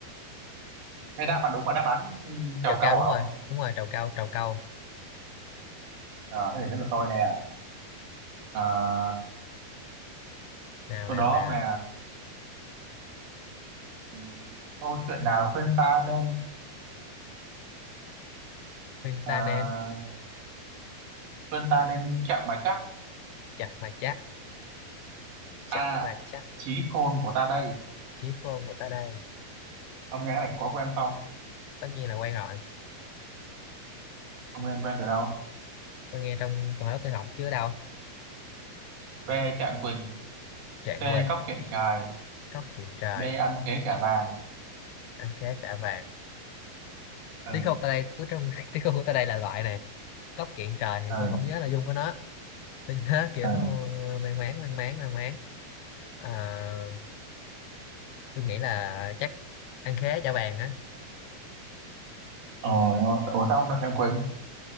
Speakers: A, on the right; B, on the left.
A: Cái đáp bạn đúng là đáp án ừ, trầu
B: trầu
A: cau
B: cau đúng
A: hả
B: rồi
A: ông?
B: đúng rồi trầu cau trầu cau
A: Ờ, thế thì đến là tôi nè. À,
B: nào
A: sau
B: nào
A: đó
B: nào
A: ông nè, ừ, câu chuyện nào khuyên ta nên
B: khuyên
A: à,
B: ta nên
A: khuyên ta nên chậm mà chắc?
B: chập mà chắc chập
A: A.
B: mà chắc
A: Chí khôn của ta đây.
B: chí khôn của ta đây
A: Ông nghe cái này có quen không?
B: tất nhiên là quen rồi
A: Ông nghe quen từ đâu?
B: tôi nghe trong toàn lớp tôi học chứ ở đâu
A: B. Trạng Quỳnh.
B: trạng
A: C.
B: quỳnh
A: Cóc kiện trài.
B: cốc kiện trời
A: D. Ăn khế trả vàng.
B: ăn khế trả vàng
A: Ừ,
B: trí khôn ta đây cứ trong <laughs> trí khôn của ta đây là loại này cốc kiện trời thì
A: ừ,
B: tôi không nhớ nội dung của nó tôi nhớ <laughs> kiểu
A: ừ.
B: uh, mang máng mang máng mang máng à, tôi nghĩ là chắc ăn khế trả vàng á
A: Ôi, ôi, ủa sao ông chọn Trạng Quỳnh?